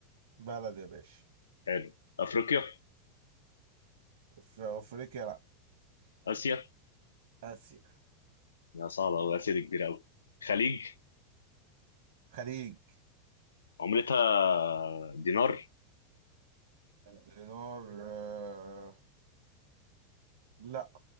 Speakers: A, on the right; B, on the left.
A: بلد يا باشا
B: حلو افريقيا
A: في أفريقيا لأ
B: اسيا
A: آسيا
B: يا صعبه قوي اسيا دي كبيره قوي خليج
A: خليج
B: عملتها دينار
A: دينار آه، لأ